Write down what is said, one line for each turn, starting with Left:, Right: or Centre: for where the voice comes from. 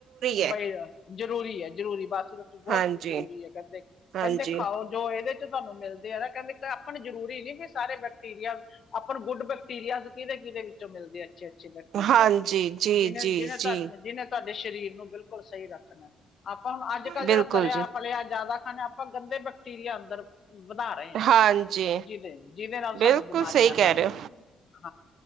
Right: ਹੈ
Left: ਬਈ ਰੋ-ਜ਼ਰੂਰੀ ਐ ਜਰੂਰੀ ਐ ਬਾਸੀ ਰੋਟੀ ਬੋਤ
Right: ਹਾਂਜੀ
Left: ਜ਼ਰੂਰੀ ਐ ਕੇਂਦੇ ਕੇਂਦੇ
Right: ਹਾਂਜੀ
Left: ਖਾਓ ਜੋ ਏਦੇ ਤੁਨੂੰ ਮਿਲਦੇ ਆ ਨਾ ਕੇਂਦੇ ਆਪਣ ਜ਼ਰੂਰੀ ਨੀ ਵੀ ਸਾਰੇ ਬੈਕਟੀਰੀਆ ਆਪਾਂ ਨੂੰ ਗੁੱਡ ਬਕ ਬੈਕਟੀਰੀਅਜ ਕੀਦੇ-ਕੀਦੇ ਵਿੱਚੋਂ ਮਿਲਦੇ ਅੱਛੇ-ਅੱਛੇ ਬੈਕਟੀਰੀਅਜ।
Right: ਹਾਂਜੀ ਜੀ
Left: ਜਿਨੇ-ਜਿਨੇ
Right: ਜੀ ਜੀ
Left: ਤਾਡੇ ਜਿਨੇ ਤਾਡੇ ਸ਼ਰੀਰ ਨੂੰ ਬਿਲਕੁਲ ਸਈ ਰੱਖਨੇ। ਆਪਾਂ ਹੁਣ ਅੱਜ ਕੱਲ੍ਹ
Right: ਬਿਲਕੁਲ
Left: ਜੇੜਾ ਤਲਿਆ-ਫਲਿਆ
Right: ਜੀ
Left: ਜ਼ਾਦਾ ਖਾਂਣੇ ਆਪਾਂ ਗੰਦੇ ਬੈਕਟੀਰੀਆ ਅੰਦਰ ਵਧਾ ਰਏ ਆ
Right: ਹਾਂਜੀ
Left: ਜਿਦੇ-ਜਿਦੇ ਨਾਲ
Right: ਬਿਲਕੁਲ
Left: ਸਾਨੂੰ ਬਿਮਾਰੀਆਂ
Right: ਸਹੀ
Left: ਲੱਗ
Right: ਕਹਿ ਰਹੇ
Left: ਰਈਆ।